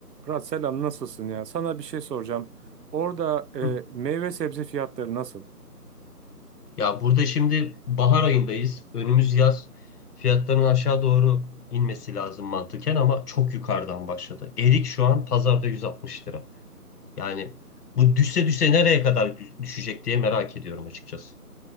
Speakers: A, on the right; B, on the left.
A: Murat selam nasılsın ya? Sana bir şey soracağım. Orada e,
B: Hı.
A: meyve sebze fiyatları nasıl?
B: Ya burada şimdi bahar ayındayız. Önümüz yaz. Fiyatların aşağı doğru inmesi lazım mantıken ama çok yukarıdan başladı. Erik şu an pazarda 160 lira. Yani bu düşse düşse nereye kadar dü- düşecek diye merak ediyorum açıkçası.